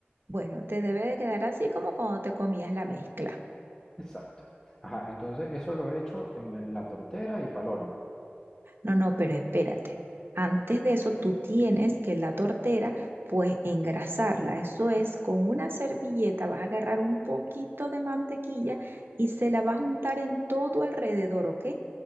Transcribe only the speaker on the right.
Bueno, te debe de quedar así como cuando te comías la mezcla.
No, no, pero espérate. Antes de eso, tú tienes que la tortera, pues engrasarla. Eso es, con una servilleta vas a agarrar un poquito de mantequilla y se la vas a untar en todo alrededor, ¿ok?